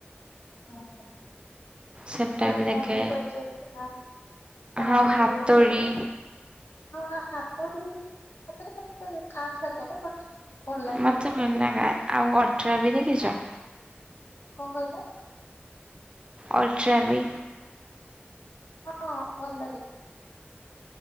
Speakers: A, on the left (about 70°); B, on the right (about 25°).
A: ହଁ
B: ସେଟା
A: ସେରା
B: ବି
A: ଭଲ
B: ଦେଖେ
A: ସବ୍ଜେଟ୍ ଥିଲା। ତାପରେ
B: ଆଉ ହାତୋଡ଼ି
A: ହଁ ଆପଡି ଏତେବି ମତେ ଖାସ୍ ଲାଗିଲାନି ବଟ୍ ଭଲ ଲାଗେ
B: ମୋତେ
A: ବି
B: ମିଳିନା ଆଉ ଅଠର ବି ଦେଖିଚ?
A: କଣ କହିଲ?
B: ଅଲଟ୍ରାବି?
A: ହଁ ଭଲ ଲାଗେ।